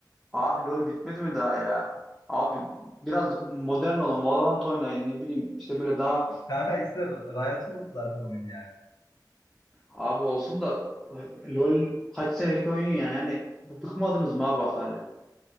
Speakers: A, in the centre; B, on the left.
A: abi LoL bitmedi mi daha ya? Abi biraz modern olun, Valorant oynayın ne bileyim işte böyle daha
B: Kanka ikisi de Riot'un zaten oyunu yani.
A: Abi olsun da e, LoL kaç senelik oyun ya yani bıkmadınız mı abi bak hala?